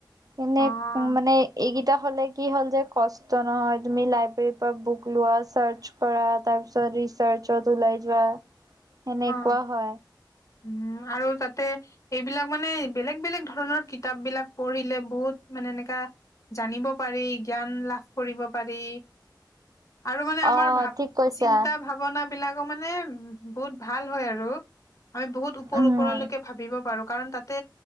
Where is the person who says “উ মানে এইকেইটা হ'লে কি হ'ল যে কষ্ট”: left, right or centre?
Right